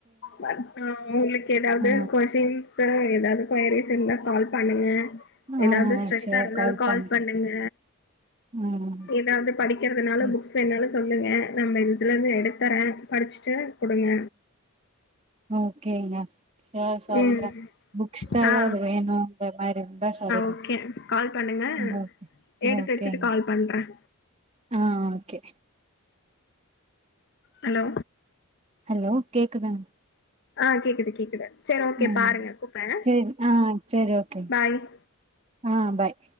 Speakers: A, on the left; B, on the right.
A: நக்கு உங்களுக்கு எதாவ்து
B: ஆ,
A: கொஷின்ஸ் சா எதாவ்து கொயரிஸ் இருந்தா கால் பண்ணுங்க
B: ஆ
A: எதாது ஸ்ட்ரெஸ்ஸா
B: சரி
A: இருந்தாலு கால்
B: பண்றேன்.
A: பண்ணுங்க
B: ம்,
A: எதாது படி க்கிறதுனாளு
B: ம்,
A: புக்ஸ் வேணாலு சொல்லுங்க நம்ம இதுலேருந்து எடுத்தரே படிச்சுட்டு குடுங்க
B: ஓக்கேங்க ச சொல்றே
A: ம்
B: புக்ஸ் தாங்க
A: ஆ
B: வேணூ வேற மாறி ஆ சொல்றேன்
A: ஓகே கால் பண்ணுங்க
B: ம்
A: எடுத்து
B: ஓகேங்க
A: வச்சுட்டு கால் பண்றேன்
B: ஆ ஆ ஓகே
A: ஹலோ
B: ஹலோ கேக்குதா
A: ஆ கேக்குது கேக்குது சரி ஓகே
B: ம்
A: பாருங்க கூப்பிடுறேன்
B: செரி ஆ செரி ஓகே
A: பாய்
B: ஆ பாய்